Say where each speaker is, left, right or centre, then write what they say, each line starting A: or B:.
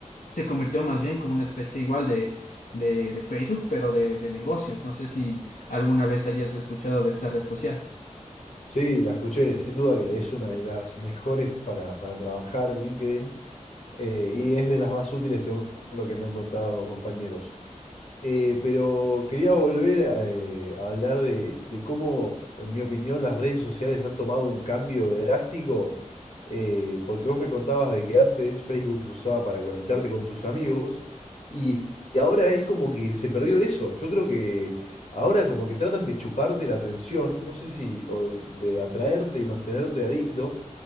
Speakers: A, on the left; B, on the left.
A: se convirtió más bien como una especie igual de, de, de Facebook, pero de, de negocios. No sé si alguna vez hayas escuchado de esta red social.
B: Sí, la escuché, sin duda que es una de las mejores para, para trabajar LinkedIn eh, y es de las más útiles según lo que me han contado compañeros. Eh, pero quería volver eh, a hablar de, de cómo, en mi opinión, las redes sociales han tomado un cambio drástico, eh, porque vos me contabas de que antes Facebook se usaba para conectarte con tus amigos y, y ahora es como que se perdió eso. Yo creo que ahora como que tratan de chuparte la atención, no sé si, o de atraerte y mantenerte adicto,